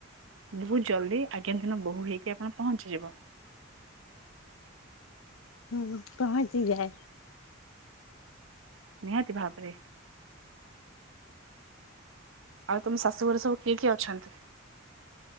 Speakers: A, on the right; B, on the left.
A: ବହୁତ ଜଲ୍ଦି ଆଜ୍ଞାଧିନ ବୋହୁ ହେଇକି ଆପଣ ପହଞ୍ଚିଯିବ।
B: ହୁଁ ପହଞ୍ଚି ଯାଏ।
A: ନିହାତି ଭାବରେ। ଆଉ ତମ ଶାଶୁ ଘର ସବୁ କିଏ କିଏ ଅଛନ୍ତି?